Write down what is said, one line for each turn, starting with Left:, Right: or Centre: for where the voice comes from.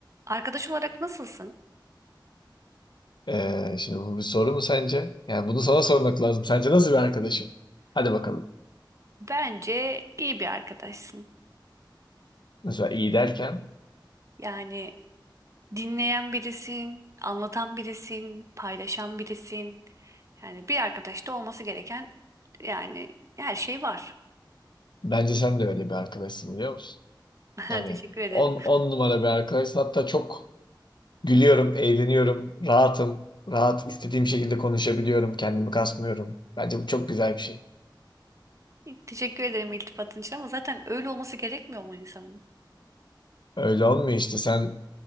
Right: Arkadaş olarak nasılsın?
Left: Ee, şimdi bu bir soru mu sence? Yani bunu sana sormak lazım. Sence nasıl bir arkadaşım? Hadi bakalım.
Right: Bence iyi bir arkadaşsın.
Left: Mesela iyi derken
Right: Yani dinleyen birisin, anlatan birisin, paylaşan birisin. Yani bir arkadaşta olması gereken yani her şey var.
Left: bence sen de öyle bir arkadaşsın biliyor musun?
Right: <laughs>
Left: Yani
Right: Teşekkür ederim.
Left: 10 10 numara bir arkadaşsın. Hatta çok gülüyorum, eğleniyorum, rahatım. Rahat istediğim şekilde konuşabiliyorum, kendimi kasmıyorum. Bence bu çok güzel bir şey.
Right: Teşekkür ederim iltifatın için ama zaten öyle olması gerekmiyor mu insanın?
Left: Öyle olmuyor işte. Sen